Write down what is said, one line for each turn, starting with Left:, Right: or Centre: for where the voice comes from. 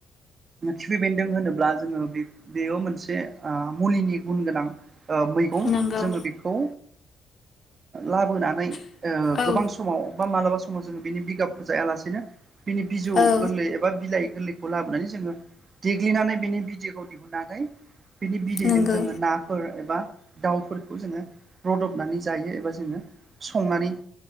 Right: खिफि बेन्दों होनोब्ला जोङो बेयाव मोनसे ओ मुलिनि गुन गोनां ओ मैगं
Left: नोंगौ नोंगौ
Right: जोङो बे खौ लाबोनानै
Left: औ
Right: गोबां समाव बा मालाबा समाव जोङो बिनि बिगाबखौ जायालासेनो बिनि बिजौ
Left: औ
Right: गोरलै एबा बिलाइ गोरलै खौ लाबोनानै जोङो देग्लिनानै बेनि भिडिअ'खौ दिहुनन्नानै बिनि बिदैजों
Left: नोंगौ
Right: जोङो नाफोर एबा दाउफोरखौ जोङो रदबनानै जायो एबा जोङो संनानै